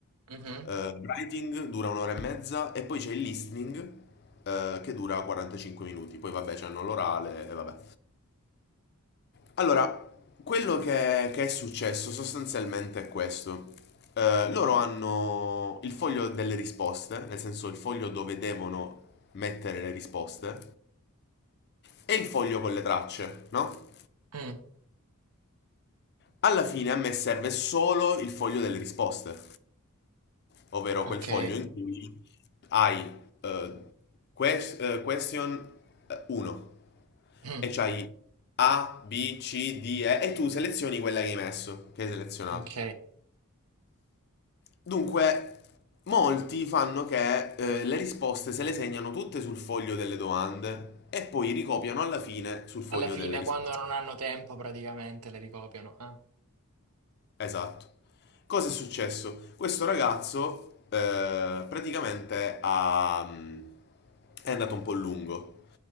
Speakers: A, on the right; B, on the left.
A: mhm,
B: eh, writing dura un'ora e mezza e poi c'è il listening eh, che dura 45 minuti. Poi vabbè, c'hanno l'orale e vabbè. Allora, quello che, che è successo sostanzialmente è questo. Eh, loro hanno il foglio delle risposte, nel senso il foglio dove devono mettere le risposte, e il foglio con le tracce, no?
A: mm,
B: Alla fine a me serve solo il foglio delle risposte, ovvero
A: ok,
B: quel foglio in cui hai eh, ques- eh, question 1
A: mm,
B: e c'hai A, B, C, D, E e tu selezioni quella che hai messo, che hai selezionato.
A: ok.
B: Dunque, molti fanno che eh, le risposte se le segnano tutte sul foglio delle domande e poi ricopiano alla fine sul foglio
A: Alla fine,
B: delle risposte.
A: quando non hanno tempo, praticamente le ricopiano. eh.
B: Esatto. Cosa è successo? Questo ragazzo eh, praticamente ha, mm, è andato un po' lungo.